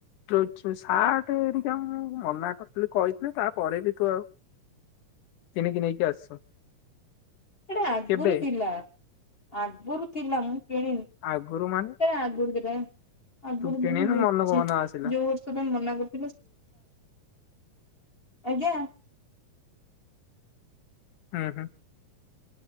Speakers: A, on the left; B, on the left.
A: ସାର୍ଟ ମତେ ଏଠିକ ମୁ ମନା କରିଥିଲି କହିଥିଲି ତାପରେ ବି ତୁ ଆଉ କିଣିକି ନେଇକି ଆସିଛୁ
B: ସେଟା ଆଗରୁ
A: କେବେ
B: ଥିଲା ଆଗରୁ ଥିଲା ମୁଁ କିଣିନି ସେଟା
A: ଆଗରୁ ମାନେ
B: ଆଗରୁ ଥିଲା ଆଗରୁ
A: ତୁ କିଣିନୁ
B: ବୋଲି ଯାଉଛି
A: ମନକୁ ମନ ଆସିଲା
B: ଯୋଉ ବର୍ଷ ତମେ ମନା କରୁ ଆଜ୍ଞା
A: ହୁଁ ହୁଁ